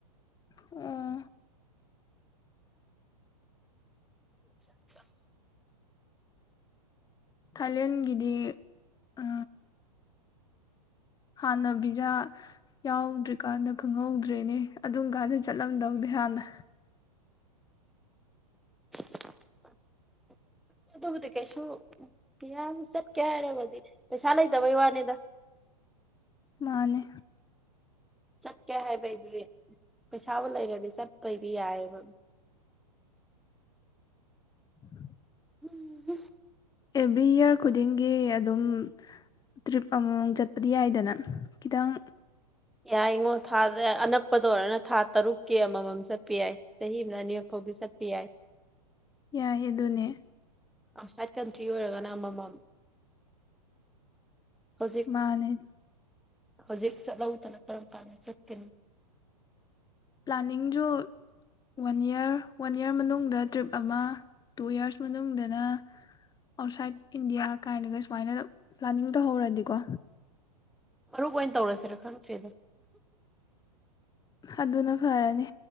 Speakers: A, on the left; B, in the centre.
A: ꯑꯣ
B: <inaudible>
A: ꯊꯥꯏꯂꯦꯟꯒꯤꯗꯤ ꯑ ꯍꯥꯟꯅ ꯕꯤꯖꯥ ꯌꯥꯎꯗ꯭ꯔꯤꯀꯥꯟꯗ ꯈꯪꯍꯧꯗ꯭ꯔꯦꯅꯦ ꯑꯗꯨꯝ ꯀꯥꯟꯗ ꯆꯠꯂꯝꯗꯧꯅꯦ ꯍꯥꯟꯅ
B: <inaudible> ꯑꯁ ꯑꯗꯨꯕꯨꯗꯤ ꯀꯩꯁꯨ ꯀꯌꯥꯝ ꯆꯠꯀꯦ ꯍꯥꯏꯔꯒꯗꯤ ꯄꯩꯁꯥ ꯂꯩꯇꯕꯩ ꯋꯥꯅꯤꯗ
A: ꯃꯥꯅꯦ
B: ꯆꯠꯀꯦ ꯍꯥꯏꯕꯩꯗꯤ ꯄꯩꯁꯥꯕꯨ ꯂꯩꯔꯗꯤ ꯆꯠꯄꯩꯗꯤ ꯌꯥꯏꯌꯦꯕ
A: ꯎꯝ
B: ꯎꯝ
A: ꯑꯦꯚ꯭ꯔꯤ ꯏꯌꯥꯔ ꯈꯨꯗꯤꯡꯒꯤ ꯑꯗꯨꯝ ꯇ꯭ꯔꯤꯞ ꯑꯃꯝꯃꯝ ꯆꯠꯄꯗꯤ ꯌꯥꯏꯗꯅ ꯈꯤꯇꯪ
B: ꯌꯥꯏꯉꯣ ꯊꯥꯗ ꯑꯅꯛꯄꯗ ꯑꯣꯏꯔꯒꯅ ꯊꯥ ꯇꯔꯨꯛꯀꯤ ꯑꯃꯃꯝ ꯆꯠꯄ ꯌꯥꯏ ꯆꯍꯤ ꯑꯃꯗ ꯑꯅꯤꯔꯛ ꯐꯥꯎꯗꯤ ꯆꯠꯄ ꯌꯥꯏ
A: ꯌꯥꯏ ꯑꯗꯨꯅꯦ
B: ꯑꯥꯎꯠꯁꯥꯏꯠ ꯀꯟꯇ꯭ꯔꯤ ꯑꯣꯏꯔꯒꯅ ꯑꯃꯃꯝ ꯍꯧꯖꯤꯛ
A: ꯃꯥꯅꯦ
B: ꯍꯧꯖꯤꯛ ꯆꯠꯍꯧꯗꯅ ꯀꯔꯝ ꯀꯥꯟꯗ ꯆꯠꯀꯅꯤ
A: ꯄ꯭ꯂꯥꯅꯤꯡꯁꯨ ꯋꯥꯟ ꯏꯔ ꯋꯥꯟ ꯏꯌꯥꯔ ꯃꯅꯨꯡꯗ ꯇ꯭ꯔꯤꯞ ꯑꯃ ꯇꯨ ꯌꯔꯁ ꯃꯅꯨꯡꯗꯅ ꯑꯥꯎꯠꯁꯥꯏꯠ ꯏꯟꯗꯤꯌꯥ ꯀꯥꯏꯅꯒ ꯁꯨꯃꯥꯏꯅ ꯄ꯭ꯂꯥꯅꯤꯡ ꯇꯧꯍꯧꯔꯗꯤꯀꯣ
B: ꯃꯔꯨ ꯑꯣꯏꯅ ꯇꯧꯔꯁꯤꯔ ꯈꯪꯗ꯭ꯔꯦꯗ
A: ꯑꯗꯨꯅ ꯐꯔꯅꯤ